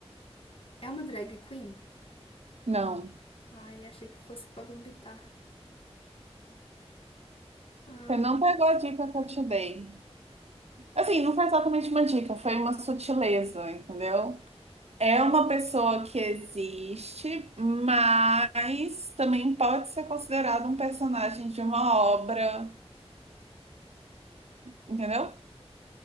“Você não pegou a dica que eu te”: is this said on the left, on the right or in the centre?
Right